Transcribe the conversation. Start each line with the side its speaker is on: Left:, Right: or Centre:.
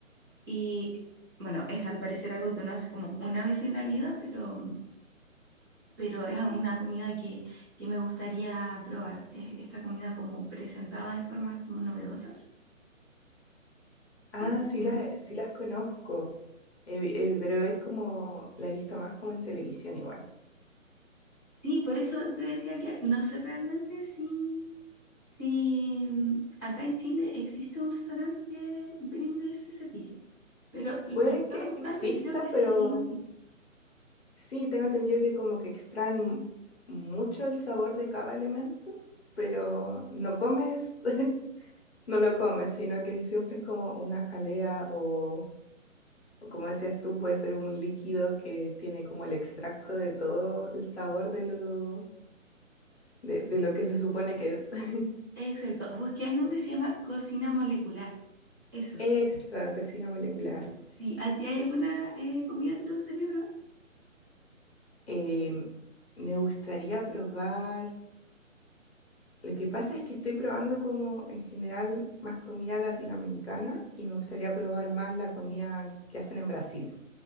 Right: y bueno, es al parecer algo que uno hace como una vez en la vida, pero, pero es una comida que, que me gustaría probar. Es esta comida como presentada de formas como novedosas.
Left: Ah,
Right: Mm,
Left: sí
Right: No
Left: las, sí las conozco, eh, eh, pero es como, la he visto más como en televisión igual.
Right: Sí, por eso te decía que no sé realmente si, si mm, acá en Chile existe un restaurante que brinde ese servicio, pero lo
Left: Puede
Right: lo estaba
Left: que
Right: buscando
Left: exista,
Right: y creo que sí
Left: pero
Right: se llama así.
Left: sí, tengo entendido que como que extraen mucho el sabor de cada elemento, pero no comes no lo comes, sino que siempre es como una jalea o, o como decías tú, puede ser un líquido que tiene como el extracto de todo el sabor de lo, de, de lo que se supone que es. <laughs>
Right: Exacto, busqué el nombre, se llama Cocina Molecular. Eso.
Left: Esa cocina molecular.
Right: sí. a ti hay alguna eh, comida que te gustaría probar.
Left: Em, me gustaría probar, lo que pasa es que estoy probando como en general más comida latinoamericana y me gustaría probar más la comida que hacen en Brasil,